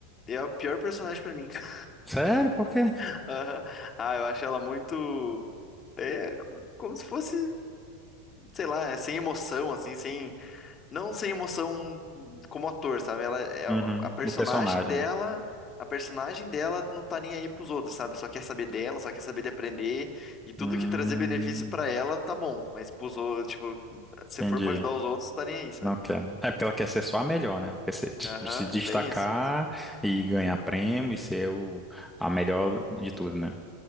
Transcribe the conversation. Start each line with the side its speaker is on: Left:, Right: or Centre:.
Left: E é o pior personagem pra mim, cara.
Centre: Sério? Por quê?
Left: <laughs> Aham. Ah, eu acho ela muito. É co- como se fosse, sei lá, é sem emoção, assim, sem. Não sem emoção como ator, sabe? Ela é
Centre: Uhum.
Left: a personagem
Centre: O personagem,
Left: dela.
Centre: né?
Left: A personagem dela não tá nem aí pros outros, sabe? Só quer saber dela, só quer saber de aprender. E tudo
Centre: Hum,
Left: que trazer benefício pra ela, tá bom. Mas pros outros, tipo, se
Centre: entendi.
Left: for pra ajudar os outros, tá nem aí, sabe?
Centre: Não quer, né? É porque ela quer ser só a melhor, né? Ela quer ser, tipo,
Left: Aham,
Centre: se destacar
Left: é bem isso mesmo.
Centre: e ganhar prêmio e ser o, a melhor de tudo, né?